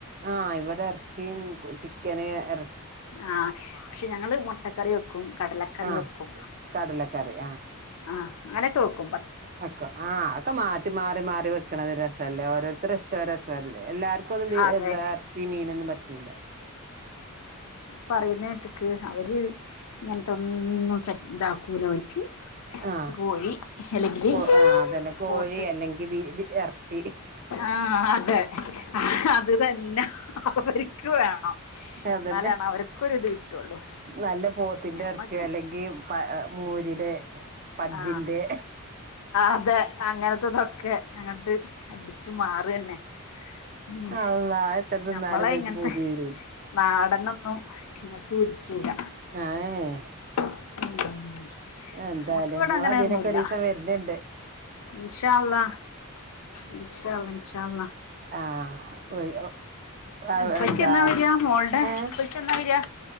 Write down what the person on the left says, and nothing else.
ആ പക്ഷെഞങ്ങള് മുട്ടക്കറിവെക്കും കടലക്കറിവെക്കും
ആ അങ്ങനെയൊക്കെവെക്കും
അതെ
പറയുന്നെട്ട്ക്ക് അവര് ഇങ്ങൻത്തൊന്നും സെറ്റ് ഇതാക്കൂല അവർക്ക്
കോഴി അല്ലെങ്കില്
പോത്ത്
ആഅതെ അ അതു ന്നെ അവര്ക്ക് വേണം
എന്നാലാണ് അവർക്കൊരിത് കിട്ടുള്ളൂ
ഞമ്മക്ക്
ആ അതെ അങ്ങനത്തതൊക്കെ ഒക്കെ അങ്ങട്ട് അടിച്ചു മാറ്ന്നെ ഉം
നമ്മള
ഇങ്ങത്തെ
നാടനൊന്നും ങ്ങക്ക് പിടിക്കൂല
<unintelligible>
നമ്മക്ക് ഇവിടെ
അങ്ങനെയൊന്നുല്ല
ഇൻഷാ അല്ലാഹ് ഇൻഷാ അല്ലാഹ് ഇന്ഷാ അല്ലാഹ്
ഇപ്പച്ചി
എന്നാ വരിയാ മോൾടെ
ഇപ്പച്ചി എന്നാ വരിക